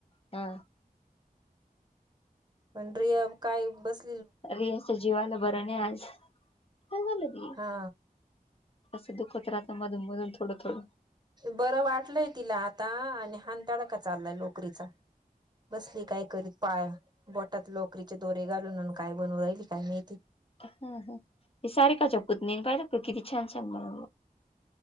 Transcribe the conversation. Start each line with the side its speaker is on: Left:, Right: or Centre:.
Left: आ
Right: पण रिया काय बस
Left: रियाच्या जीवाला बरं नाही आज, काय झालं तीला?
Right: हा
Left: असं दुखत राहत मधून-मधून थोडं-थोडं.
Right: बरं वाटलंय तिला आता आणि हांताडा का चाललाय लोकरीचा. बसली काय करी पा बोटात लॉकरीचे दोरे घालून काय बनवली काय माहीती.
Left: हा हा, हे सारे काच्या कुत नाही पाहाना किती छान-छान बन